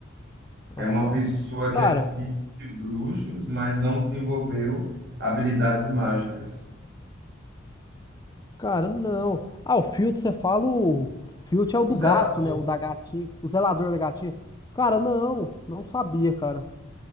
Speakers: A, on the right; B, on the left.
A: É
B: aham.
A: uma pessoa que
B: Cara,
A: é filho de bruxos, mas não desenvolveu habilidades mágicas.
B: Cara, não. Ah, o Filt, você fala o... Filt é o do
A: O zelador.
B: gato, né? O da gatinha. O zelador da gatinha. Cara, não. Não sabia, cara.